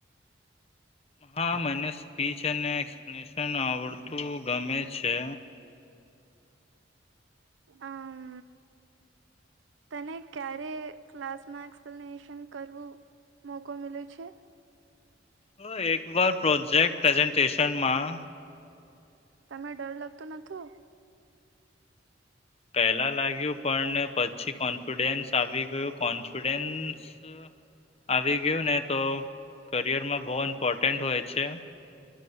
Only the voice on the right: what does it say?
અમ તને ક્યારે ક્લાસમાં એક્સપ્લેનેશન કરવું મોકો મલ્યો છે?
તમે ડર લાગતો નતો?